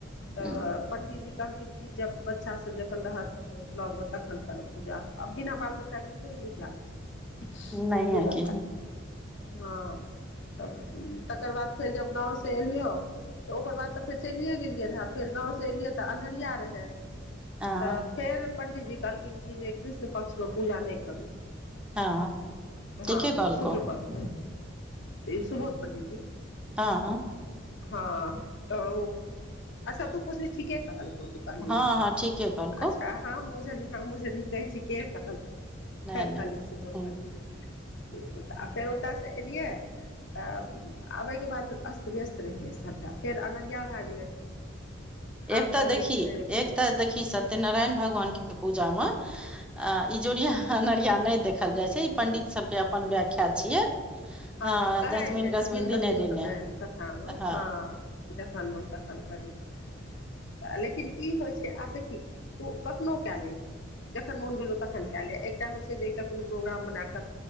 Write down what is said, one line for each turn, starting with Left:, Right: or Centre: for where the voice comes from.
Left: तऽ
Centre: हूँ
Left: पण्डित जी कहलखिन कि जब बच्चा सब जखन रहत लग तखन करब पूजा बिना बाल बच्चा के थोड़े नीक लागे छै
Centre: नहिये
Left: पूजा
Centre: की
Left: पाठ हाँ तब तकर बाद फेर जब गाँव से एलियो तऽ ओकर बाद तऽ फेर चलिये गेलियै रहे फेर गाँव से एलियै तऽ अन्हरिया रहै
Centre: हँ
Left: तऽ फेर पंडितजी कहलखिन कि जे कृष्ण पक्ष को पूजा नहि करू
Centre: हँ ठीके
Left: हाँ
Centre: कहलकौ
Left: शुकल पक्ष
Centre: हूँ
Left: शुभम पंडितजी
Centre: हाँ हाँ
Left: हाँ तऽ अच्छा तू पुछली ठीके कहलकौ तू कही
Centre: हँ हँ ठीके कहलकौ
Left: अच्छा हम बुझलि हम बुझली कहै छी के कहलक
Centre: नहि
Left: खियै
Centre: नहि
Left: सुबह
Centre: हूँ
Left: फेर ओतय से एलियै तऽ आबयके बाद अस्त व्यस्त रहै सभटा फेर अंहरिया भए गेलै
Centre: एक
Left: आब
Centre: तऽ
Left: कहलियै
Centre: देखी
Left: कि नहि
Centre: एक तऽ देखी सत्यनारायण भगवानके पूजाम आ ई जोड़िया अनहरिया नहि देखल जाइ छै ई पंडित सबके अपन व्याख्या छियै
Left: हाँ
Centre: हँ
Left: कहै छै जसमीन
Centre: दिने
Left: कसमीन
Centre: दिने
Left: तऽ कहे कथा
Centre: हँ
Left: हाँ जखन मोन तखन करियौ तऽ लेकिन ई होइ छै आब देखी तू कखनो कए ले जखन मोन भेलो तखन कए ले एकटा होइ छै जे एकटा कोनो प्रोग्राम बना कऽ